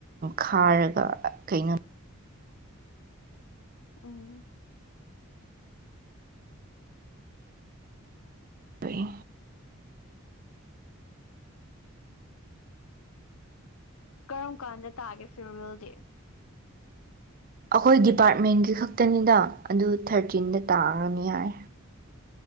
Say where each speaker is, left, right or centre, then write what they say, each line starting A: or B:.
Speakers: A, on the right; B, on the left.
A: ꯈꯥꯔꯒ ꯀꯩꯅꯣ꯫
B: ꯎꯝ꯫
A: ꯕꯩ
B: ꯀꯔꯝ ꯀꯥꯟꯗ ꯇꯥꯒꯦ ꯐꯤꯌꯔꯋꯦꯜꯗꯤ꯫
A: ꯑꯈꯣꯏ ꯗꯤꯄꯥꯔꯠꯃꯦꯟꯒꯤ ꯈꯛꯇꯅꯤꯗ ꯑꯗꯨ ꯊꯔꯇꯤꯟꯗ ꯇꯥꯒꯅꯤ ꯍꯥꯢ꯫